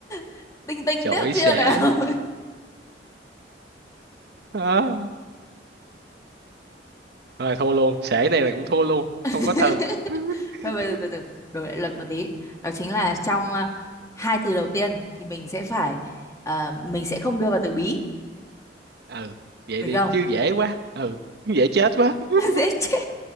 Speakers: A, on the left; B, on the right.
A: <laughs> tinh tinh
B: Chổi
A: tiếp chưa
B: xể.
A: nào
B: Đó. Rồi thua luôn, xể này là cũng thua luôn,
A: <laughs>
B: không có từ. <laughs>
A: thôi bây giờ từ từ đổi lại luật một tí đó chính là trong ờ, hai từ đầu tiên thì mình sẽ phải ờ, mình sẽ không đưa vào từ bí
B: ừ vậy
A: được
B: đi
A: không
B: chứ dễ quá ừ dễ chết quá <laughs>
A: <laughs> dễ chết